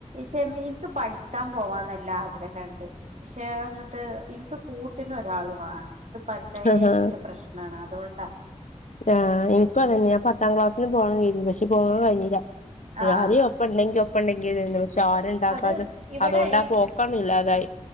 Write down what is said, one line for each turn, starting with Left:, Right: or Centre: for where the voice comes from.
Right: ഷെ മീ ഈ എനിക്ക് പഠിക്കാൻ പോവാ നല്ല ആഗ്രഹണ്ട്. പക്ഷെ അതങ്ങട്ട് എനിക്ക് കൂട്ടിന് ഒരാൾ വേണം അത് പണ്ടേ
Left: ആഹാ
Right: ഇന്റെ പ്രശ്നം. ണ് അതുകൊണ്ടാ.
Left: ആഹ എനിക്കും അത ന്ന ഞാൻ പത്താം ക്ലാസ്സിന് പോകണം കരുതി നെ പക്ഷെ പോകൻ കഴിഞ്ഞില്ല
Right: ആഹ്
Left: ആരെയും ഒപ്പ ഒപ്പ ണ്ടെങ്കി ഒപ്പ ണ്ടെങ്കിന്നിന്ന് പക്ഷെ ആരും ഉണ്ടാകാന്ന
Right: അത് ഇവിടെ
Left: അതുകൊണ്ടാ
Right: ഈ
Left: പോക്കില്ലാതായി.